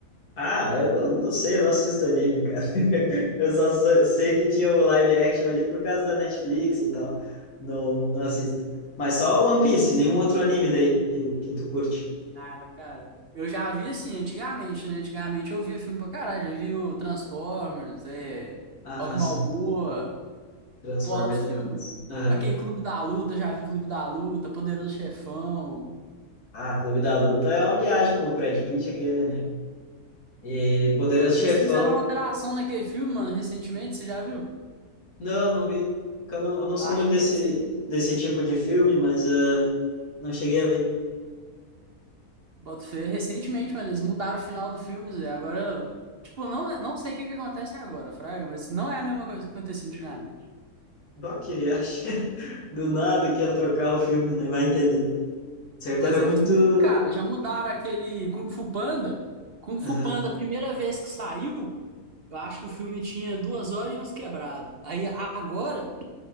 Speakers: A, on the left (about 80°); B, on the right (about 50°).
A: Ah, eu não, não sei, eu não assisto anime, cara. <laughs> Eu só so- sei que tinha o live action ali por causa da Netflix e tal. Não, não assisto. Mas só o One Piece, nenhum outro anime daí que, que tu curte.
B: Nada, cara. Eu já vi assim, antigamente, né? Antigamente eu via filme pra caralho, já vi o Transformers, é,
A: Ah,
B: Rock Balboa,
A: sim. Transformers
B: pô, altos filmes.
A: era massa.
B: Aquele Clube da Luta, já vi Clube da Luta, Poderoso Chefão.
A: Ah, Clube da Luta é uma viagem com o Brad Pitt, aquele, né? E Poderoso Chefão.
B: Eles fizeram uma alteração naquele filme, mano, recentemente, você já viu?
A: Não, não vi. porque Eu não, eu não
B: Eu
A: sou
B: acho
A: muito
B: que
A: desse,
B: recente.
A: desse tipo de filme, mas ah, não cheguei a ver.
B: Boto fé recentemente, mas eles mudaram o final do filme, Zé. Agora, tipo, não, não sei o que que acontece agora, Fraga, mas não é a mesma coisa que acontecia antigamente.
A: Bah, que viagem. <laughs> Do nada que ia trocar o filme, né? Vai entender. Certo,
B: Mas
A: era muito.
B: eles mudam, cara, já mudaram aquele Kung Fu Panda. Kung
A: Aham.
B: Fu Panda, a primeira vez que saiu, eu acho que o filme tinha duas horas e uns quebrados. Aí agora,